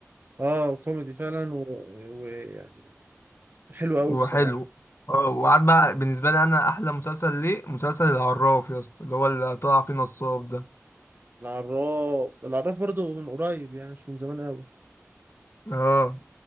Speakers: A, on the right; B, on the left.
A: اه وكوميدي فعلا ويعني و... و- يعني حلو
B: وحلو
A: قوي بصراحه
B: اه وعارف بقى بالنسبة لي أنا أحلى مسلسل ليه مسلسل العراف يا اسطى اللي هو اللي طلع فيه نصاب ده
A: العراف العراف برضو من قريب يعني مش من زمان قوي
B: اه